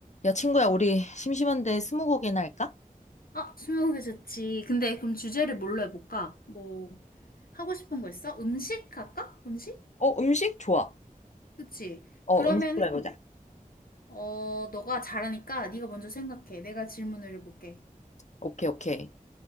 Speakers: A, on the left (about 50°); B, on the left (about 80°).
A: 야, 친구야, 우리 심심한데 스무고개나 할까?
B: 아, 스무고개 좋지. 근데 그럼 주제를 뭘로 해볼까? 뭐, 하고 싶은 거 있어? 음식 할까? 음식?
A: 어, 음식 좋아.
B: 그치?
A: 어,
B: 그러면,
A: 음식으로 해보자.
B: 어, 너가 잘하니까 네가 먼저 생각해. 내가 질문을 해볼게.
A: 오케이, 오케이.